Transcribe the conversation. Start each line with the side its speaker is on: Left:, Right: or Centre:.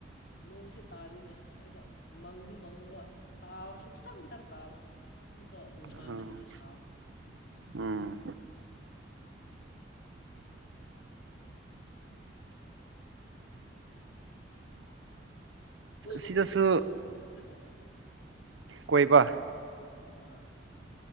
Left: ꯅꯣꯡꯁꯦ ꯇꯥꯗꯣꯏꯅꯦ ꯁ꯭ꯋꯥꯏꯗ ꯃꯪꯗꯤ ꯃꯪꯉꯒ ꯇꯥꯔꯁꯨ ꯈꯤꯇꯪ ꯈꯤꯇꯪ ꯇꯥꯕ ꯛꯀ ꯅꯨꯡꯁꯥ
Right: ꯎꯝ
Left: ꯅ ꯁꯥꯕ
Right: ꯎꯝ
Left: ꯀꯣꯏꯕ
Right: ꯁꯤꯗꯁꯨ
Left: ꯈꯣꯠꯄꯗꯤ ꯆꯠꯇ꯭ꯔꯣ ꯕ꯭ꯔꯣ ꯑꯗꯨꯋꯥꯏꯗ
Right: ꯀꯣꯏꯕ
Left: ꯑꯥ